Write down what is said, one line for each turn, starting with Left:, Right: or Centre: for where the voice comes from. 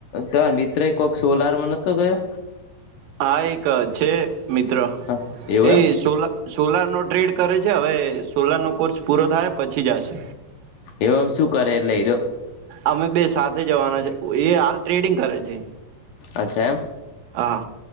Left: તમાર મિત્ર કોઈક સોલાર માં નહોતો ગયો.
Right: હા એક છે મિત્ર
Left: હા એવું
Right: એ
Left: એમ
Right: સોલા સોલાર નો ટ્રેડ કરે છે હવે સોલાર નો કોર્સ પૂરો થાય પછી જશે.
Left: એવમ શું કરેટ લઈ્યો
Right: અમે બે સાથે જવાના છે એ હાલ ટ્રેડિંગ કરે છે.
Left: અચ્છા એમ
Right: હા